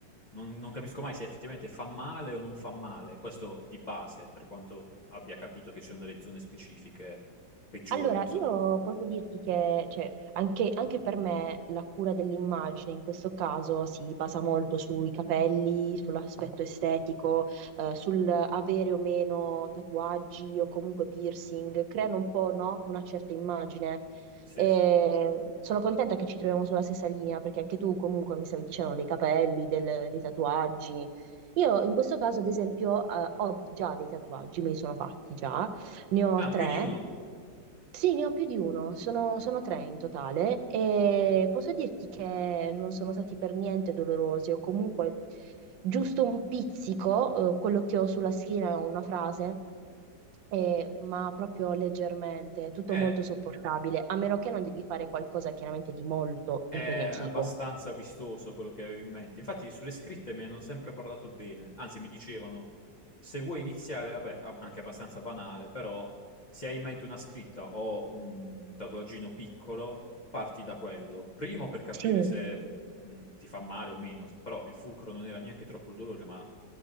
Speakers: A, on the left; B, on the right.
A: non, non capisco mai se effettivamente fa male o non fa male, questo di base, per quanto abbia capito che ci sono delle zone specifiche peggiori,
B: Allora,
A: insomma.
B: io posso dirti che cioè, anche, anche per me la cura dell'immagine in questo caso si basa molto sui capelli, sull'aspetto estetico, eh, sul avere o meno tatuaggi o comunque piercing, creano un po', no? Una certa immagine.
A: Sì,
B: E
A: sì.
B: sono contenta che ci troviamo sulla stessa linea, perché anche tu comunque mi stavi dicendo dei capelli, del- dei tatuaggi. Io in questo caso, ad esempio, eh, ho già dei tatuaggi, me li sono fatti già, ne ho
A: Ah,
B: tre.
A: più di uno.
B: Sì, ne ho più di uno, sono, sono tre in totale e posso dirti che non sono stati per niente dolorosi o comunque giusto un pizzico, eh, quello che ho sulla schiena è una frase, eh, ma proprio leggermente, tutto
A: Eh,
B: molto sopportabile, a meno che non devi fare qualcosa chiaramente di molto
A: È
B: impegnativo.
A: abbastanza vistoso quello che avevo in mente. Infatti, sulle scritte mi hanno sempre parlato bene. Anzi, mi dicevano: se vuoi iniziare, vabbè, ab- anche abbastanza banale, però, se hai in mente una scritta o un tatuaggino piccolo, parti da quello. Primo per capire
B: Sì,
A: se mh, ti fa male o meno. Però il fulcro non era neanche troppo il dolore, ma